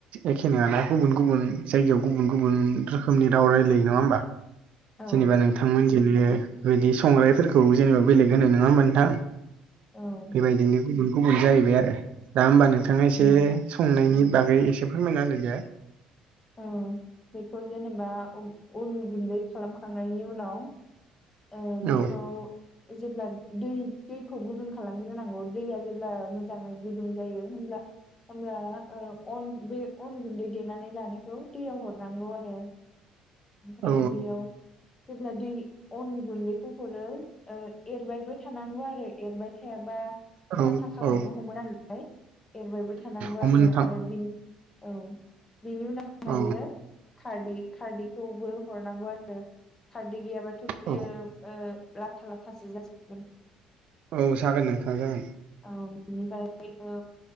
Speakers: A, on the right; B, on the left.
A: एखे नङाना गुबुन गुबुन जायगायाव गुबुन गुबुन रोखोमनि राव रायलायो नङा होमबा
B: औ
A: जेनोबा नों नोंथांमोनजोंनो बिदि संग्राइफोरखौ जेनोबा बेलेग होनो नङा होनबा नोंथां
B: औ
A: बेबायदिनो गुबुन गुबुन जायैबाय आरो दा होमबा नोंथांआ एसे
B: उम
A: संनायनि बागै एसे फोरमायना होलाय दे
B: औ बेखौ जेनोबा अन गुन्दै खालामखांनायनि उनाव ओ बेखौ
A: औ
B: जेब्ला दै दैखौ गुदुं खालामग्रोनांगौ दैया जेब्ला मोजांयै गुदुं जायो होनब्ला होनो ओ अन बे अन गुन्दै देनानै लानाय खौ दैयाव हरनांगौ आरो आमफ्राय
A: औ
B: बेयाव जेब्ला दै अन गुन्दैखौ हरो ओ एरबायबो थानांगौ आरो एरबाय थायाबा
A: औ
B: लाथा खालांनो
A: औ
B: हमो नालाय एरबायबो थानांगौ
A: औ
B: आरो
A: नोंथां
B: आरो बिनि औ बेनि उनावाहायो
A: औ
B: खारदि खारदिखौबो हरनांगौ आरो खारदि गैयाबाथ' बियो
A: औ
B: ओ लाथा लाथासो जासिगोन
A: औ जागोन नोंथां जागोन
B: ओ आमफ्रायबो